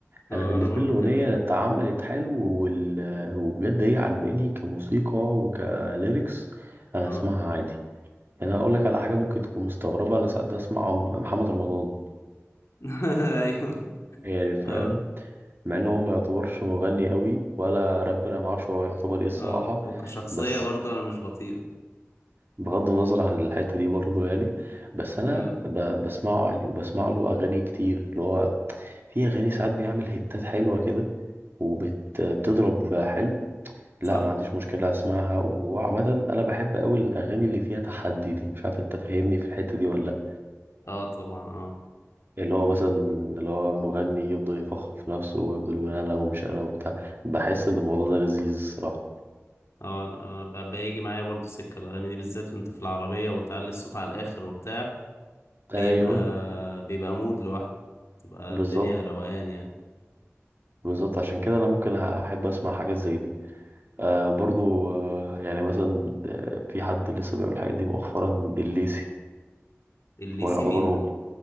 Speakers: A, on the left; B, on the right.
A: اه
B: انا بالنسبه
A: انا برضو
B: لي الاغنيه
A: كده
B: اتعملت حلو وال... وبجد هي عجباني كموسيقى وكليركس انا
A: اه
B: اسمعها عادي يعني انا اقول لك على حاجه ممكن تكون مستغربه انا ساعات بسمع عم- محمد رمضان
A: <laughs> ايوه
B: يعني فاهم
A: اه
B: مع ان هو ما يعتبرش مغني قوي ولا رابر انا ما اعرفش هو يعتبر ايه الصراحه
A: اه وكشخصيه
B: بس
A: برضو انا مش بطيئه
B: بغض النظر عن الحته دي برضه يعني بس انا
A: آه،
B: ب... بسمعه عادي وبسمع له اغاني كتير اللي هو في اغاني ساعات بيعمل هيتات حلوه كده وبت بتضرب حلو
A: صح
B: لا انا ما عنديش مشكله اسمعها وعامه انا بحب قوي الاغاني اللي فيها تحدي دي مش عارف انت فاهمني في الحته دي ولا لا
A: اه طبعا اه
B: اللي هو مثلا اللي هو مغني يفضل يفخم في نفسه ويفضل يقول انا ومش انا وبتاع بحس ان الموضوع ده لذيذ الصراحه
A: اه انا ب- بيجي معايا برضو سكة الأغاني دي بالذات وانت في العربية وتعلي الصوت على الآخر وبتاع بيبقى
B: ايوه
A: بيبقى مود لوحده تبقى
B: بالظبط
A: الدنيا روقان يعني
B: بالظبط عشان كده انا ممكن احب اسمع حاجات زي دي آه برضو آه يعني مثلا آه في حد لسه بيعمل الحاجات دي مؤخرا الليسي
A: الليسي
B: هو يعتبر
A: مين
B: مغ...
A: ده